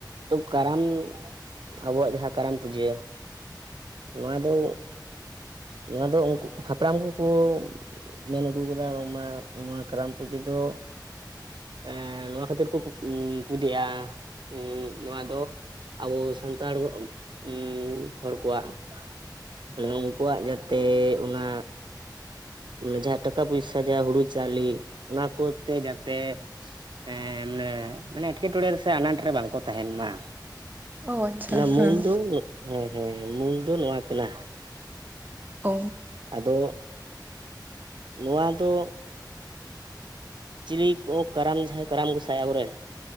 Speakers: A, on the right; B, on the right.
A: ᱛᱚ ᱠᱟᱨᱟᱢ ᱟᱵᱚᱣᱟᱜ ᱡᱟᱦᱟᱸ ᱠᱟᱨᱟᱢ ᱯᱩᱡᱟᱹ ᱱᱚᱣᱟ ᱫᱚ ᱱᱚᱣᱟ ᱫᱚ ᱩᱱᱠᱩ ᱦᱟᱯᱲᱟᱢ ᱠᱚᱠᱩ ᱢᱮᱱ ᱟᱹᱜᱩ ᱠᱟᱫᱟ ᱵᱟᱝᱢᱟ ᱱᱚᱣᱟ ᱠᱟᱨᱟᱢ ᱯᱩᱡᱟᱹ ᱫᱚ ᱮᱸ ᱱᱚᱣᱟ ᱠᱷᱟᱹᱛᱤᱨ ᱠᱚ ᱩᱸ ᱯᱩᱡᱟᱹᱭᱟ ᱩᱸᱜ ᱱᱚᱣᱟ ᱫᱚ ᱟᱵᱚ ᱥᱟᱱᱛᱟᱲ <unintelligible> ᱩᱸ ᱦᱚᱲ ᱠᱚᱣᱟᱜ ᱢᱟᱱᱮ ᱩᱝᱠᱩᱣᱟᱜ ᱡᱟᱛᱮᱜ ᱚᱱᱟ ᱚᱱᱮ ᱡᱟᱦᱟᱸ ᱴᱟᱠᱟ ᱯᱚᱭᱥᱟ ᱡᱟᱦᱟᱸ ᱦᱩᱲᱩ ᱪᱟᱣᱞᱮ ᱚᱱᱟ ᱠᱚᱛᱮ ᱡᱟᱛᱮ ᱮᱸ ᱢᱟᱱᱮ ᱢᱟᱱᱮ ᱮᱸᱴᱠᱮᱴᱚᱬᱮ ᱨᱮ ᱥᱮ ᱟᱱᱟᱴ ᱨᱮ ᱵᱟᱝᱠᱚ ᱛᱟᱦᱮᱱ ᱢᱟ᱾
B: ᱚ ᱟᱪᱪᱷᱟ
A: ᱚᱱᱟ
B: ᱦᱮᱸ
A: ᱢᱩᱞ ᱫᱚ ᱦᱮᱸ ᱦᱮᱸ ᱢᱩᱞ ᱫᱚ ᱱᱚᱣᱟ ᱠᱟᱱᱟ᱾
B: ᱚ
A: ᱟᱫᱚ ᱱᱚᱣᱟ ᱫᱚ ᱪᱤᱞᱤ ᱠᱚ ᱠᱟᱨᱟᱢ ᱡᱟᱦᱟᱸᱭ ᱠᱟᱨᱟᱢ ᱜᱚᱸᱥᱟᱭ ᱟᱵᱚᱨᱮᱱ